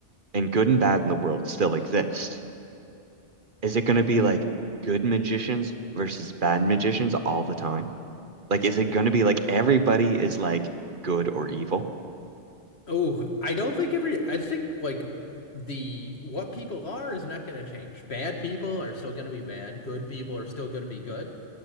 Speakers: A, on the right; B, on the left.
A: and good and bad in the world still exist, is it gonna be like good magicians versus bad magicians all the time? Like, is it gonna be like everybody is like good or evil?
B: Oh, I don't think every, I think like the what people are is not going to change. Bad people are still going to be bad. Good people are still going to be good.